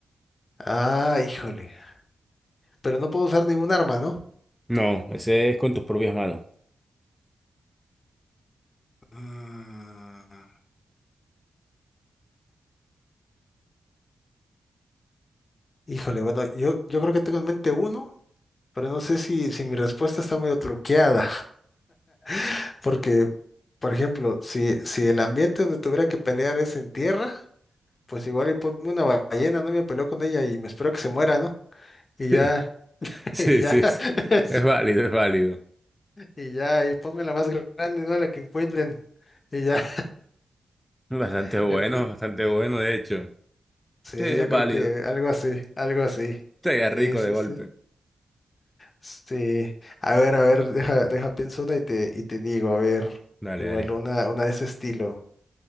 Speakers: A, on the left; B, in the centre.
A: Ah, híjole. Pero no puedo usar ningún arma, ¿no?
B: No, ese es con tus propias manos.
A: Mm. Híjole, bueno, yo, yo creo que tengo en mente uno, pero no sé si, si mi respuesta está medio truqueada, <laughs> porque, por ejemplo, si, si el ambiente donde tuviera que pelear es en tierra, pues igual y ponme una ballena, no Y me peleo con ella y me espero que se muera, ¿no? Y
B: <laughs>
A: ya, <laughs>
B: Sí,
A: y ya,
B: sí,
A: <laughs>
B: sí.
A: sí,
B: Es válido, es válido.
A: y ya, y ponme la más grande, ¿no? La que encuentren. Y ya,
B: Bastante
A: <laughs>
B: bueno,
A: yo, que-
B: bastante bueno, de hecho.
A: sí,
B: Sí, es
A: yo
B: válido.
A: creo que algo así, algo así.
B: Sería rico
A: Sí, sí,
B: de golpe.
A: sí. Sí, a ver, a ver, deja, deja, pienso una y te, y te digo, a ver,
B: Dale,
A: igual
B: dale.
A: una, una de ese estilo.